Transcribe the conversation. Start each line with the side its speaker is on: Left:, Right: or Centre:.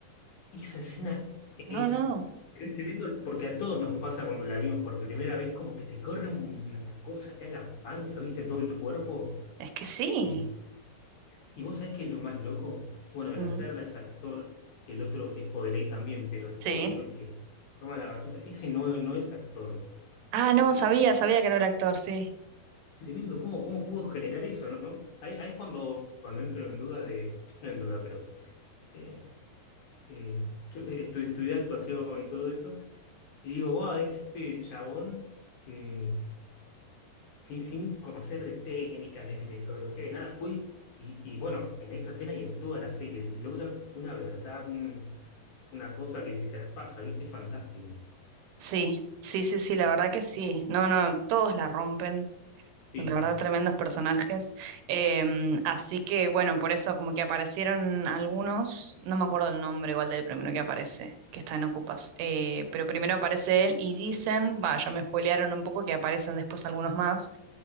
Left: esa escena es,
Right: No, no,
Left: es tremendo porque a todos nos pasa cuando la vimos por primera vez, como que te corre una cosa acá en la panza, ¿viste? En todo el cuerpo.
Right: es que sí.
Left: Eh, y vos sabés que es lo más loco, bueno, el
Right: Mm,
Left: hacerla es actor, el otro que es Podeley también, pero el
Right: Sí,
Left: pollo, el que toma la batuta, ese no, no es actor.
Right: Ah, no,
Left: Eh,
Right: sabía, sabía que no era actor, sí.
Left: tremendo, ¿cómo, cómo pudo generar eso, no? Ahí ahí es cuando, cuando entro en duda de, no en duda, pero... eh, eh, yo eh, estu- estudié actuación y todo eso, y digo, wow, este chabón, eh, sin, sin conocer de técnicas, de metodología, de nada, fue, y, y bueno, en esa escena y en toda la serie, logra una verdad, un- una cosa que, que traspasa, ¿viste? Fantástico.
Right: sí, sí, sí, sí, la verdad que sí. No, no, todos la rompen.
Left: Sí.
Right: La verdad, tremendos personajes. Em, así que, bueno, por eso como que aparecieron algunos, no me acuerdo el nombre igual del primero que aparece, que está en Ocupas, Eh, pero primero aparece él y dicen, va, ya me spoilearon un poco que aparecen después algunos más.